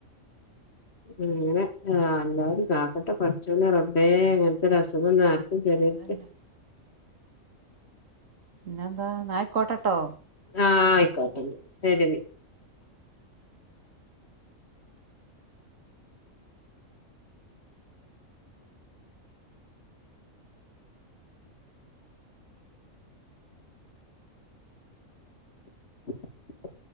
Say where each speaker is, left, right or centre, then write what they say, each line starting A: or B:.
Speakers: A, on the left (about 50°); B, on the right (about 70°).
A: അങ്ങനെ ആ എല്ലാരും കാക്കട്ടെ പഠിച്ചോന റബേ അങ്ങനത്തെ ഒരു അസുഖം ഒന്ന <unintelligible>
B: അതന്നെ പിന്നെന്താ നായിക്കോട്ടട്ടോ
A: ആഹ് ആയിക്കോട്ടെ ശരി <unintelligible>